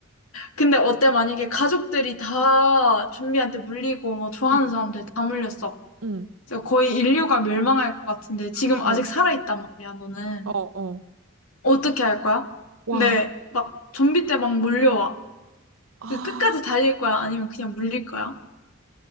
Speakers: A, on the left; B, on the right.
A: 근데 어때? 만약에 가족들이 다 좀비한테 물리고, 뭐, 좋아하는
B: 응,
A: 사람들 다 물렸어.
B: 응,
A: 그래서 거의 인류가 멸망할 것 같은데, 지금
B: 어,
A: 아직 살아있단 말이야, 너는.
B: 어, 어.
A: 어떻게 할 거야?
B: 와,
A: 근데 막 좀비 때 막 몰려와.
B: 아.
A: 그 끝까지 달릴 거야? 아니면 그냥 물릴 거야?